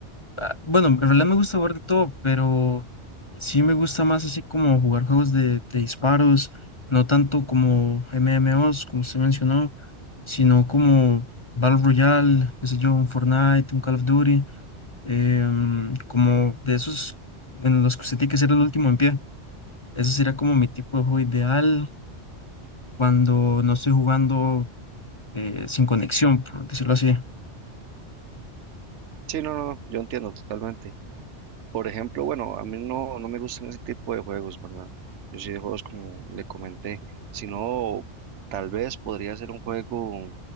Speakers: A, on the left; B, on the right.
A: ah, bueno, en realidad me gusta jugar de todo, pero sí me gusta más así como jugar juegos de, de disparos, no tanto como MMOs, como usted mencionó, sino como Battle Royale, qué sé yo, un Fortnite, un Call of Duty, em, como de esos en los que usted tiene que ser el último en pie. Ese sería como mi tipo de juego ideal cuando no estoy jugando eh, sin conexión, por decirlo así.
B: Sí, no, no, no, yo entiendo totalmente. Por ejemplo, bueno, a mí no, no me gustan ese tipo de juegos, ¿verdad? Yo sí de juegos como le comenté, sino tal vez podría ser un juego